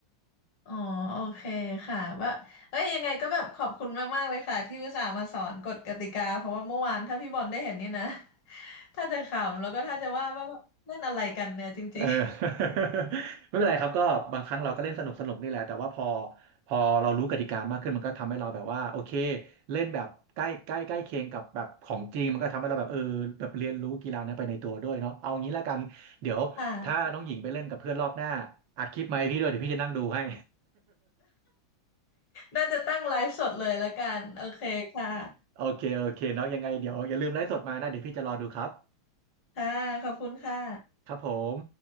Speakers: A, on the left (about 75°); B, on the right (about 70°).
A: อ๋อโอเคค่ะว่าเอ้ยยังไงก็แบบขอบคุณมากๆเลยค่ะที่อุตส่าห์มาสอนกฎกติกาเพราะว่าเมื่อวานถ้าพี่บอลได้เห็นนี่นะ <laughs> ถ้าจะขำแล้วก็ถ้าจะว่าว่าแบบเล่นอะไรกันเนี่ยจริง
B: เออ <laughs> ไม่เป็นไรครับก็บางครั้งเราก็เล่นสนุกสนุกนี่แหละแต่ว่าพอพอเรารู้กติกามากขึ้นมันก็ทำให้เราแบบว่าโอเคเล่นแบบใกล้ใกล้ใกล้เคียงกับแบบของจริงมันก็ทำให้เราแบบเออแบบเรียนรู้กีฬานั้นไปในตัวด้วยเนาะเอางี้แล้วกันเดี๋ยวถ้าน้องหญิงไปเล่นกับเพื่อนรอบหน้า
A: ๆ <laughs> ค่ะ
B: อัดคลิปมาให้พี่ด้วยเดี๋ยวพี่จะนั่งดูให้
A: น่าจะตั้งไลฟ์สดเลยละกันโอเคค่ะ
B: <laughs> โอเคโอเคเนาะยังไงเดี๋ยวอย่าลืมไลฟ์สดมานะเดี๋ยวพี่จะรอดูครับ
A: <laughs> ค่ะขอบคุณค่ะ
B: ครับผม